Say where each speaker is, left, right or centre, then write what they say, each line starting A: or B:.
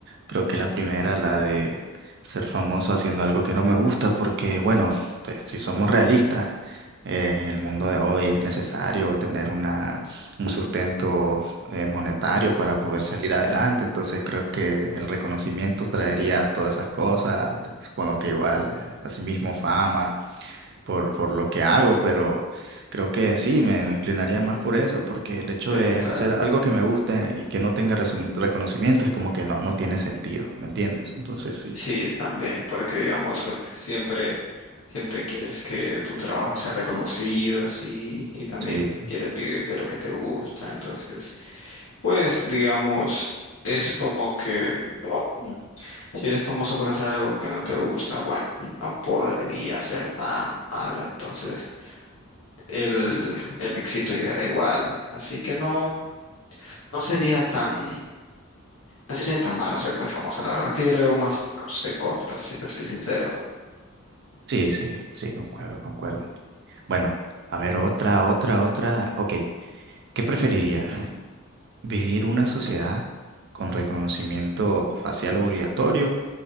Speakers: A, on the right (about 55°); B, on the left (about 80°).
A: Creo que la primera, la de ser famoso haciendo algo que no me gusta, porque bueno, pues, si somos realistas, eh, en el mundo de hoy es necesario tener una, un sustento eh, monetario para poder salir adelante. Entonces creo que el reconocimiento traería todas esas cosas. te- Supongo que igual, asimismo, fama por, por lo que hago, pero creo que sí, me, me inclinaría más por eso, porque el hecho
B: Sí,
A: de
B: claro.
A: hacer algo que me gusta y que no tenga resum- reconocimiento es como que no, no tiene sentido, ¿me entiendes? Entonces sí,
B: Sí, también, porque digamos, eh, siempre, siempre quieres que tu trabajo sea reconocido así y también
A: sí,
B: quieres vivir de lo que te gusta. Entonces, pues digamos, es como que mm, si eres famoso por hacer algo que no te gusta, bueno, no podría ser tan malo. Entonces... el, el éxito llegará igual. Así que no, no sería tan, no sería tan malo ser muy famoso. La verdad que yo le veo más pros que contras, si te soy sincero.
A: sí, sí, sí, concuerdo, concuerdo. Bueno, a ver, otra, otra, otra. Ok, ¿qué preferiría? ¿Vivir una sociedad con reconocimiento facial obligatorio